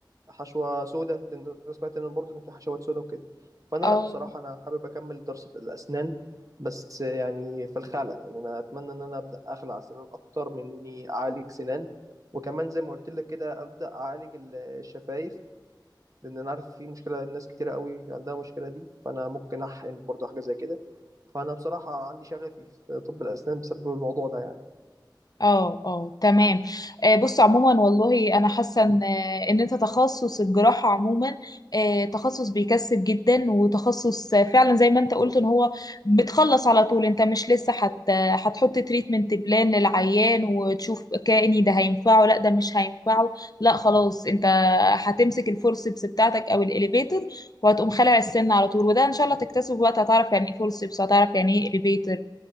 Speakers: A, on the right; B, on the left.
A: حشوه سوداء لان انا سمعت ان برضه ان في حشوات سوداء وكده فانا
B: اه
A: لا بصراحه انا حابب اكمل دراسه الاسنان بس يعني في الخلع يعني انا اتمنى ان انا ابدا اخلع اسنان اكتر من اني اعالج سنان وكمان زي ما قلت لك كده ابدا اعالج ال- الشفايف لان انا عارف في مشكله ناس كتيره قوي عندها المشكله دي فانا ممكن احقن برضه حاجه زي كده فانا بصراحه عندي شغفي في طب الاسنان بسبب الموضوع ده يعني
B: اه اه تمام آه، بص عموما والله انا حاسه ان آه، ان انت تخصص الجراحه عموما آه، تخصص بيكسب جدا وتخصص آه، فعلا زي ما انت قلت ان هو بتخلص على طول انت مش لسه حت هتحط تريتمنت بلان للعيان وتشوف كأني ده هينفعه لا ده مش هينفعه لا خلاص انت هتمسك الفورسبس بتاعتك او الاليفيتر وهتقوم خلع السن على طول وده ان شاء الله تكتسبه وقت هتعرف يعني ايه فورسبس هتعرف يعني ايه اليفيتر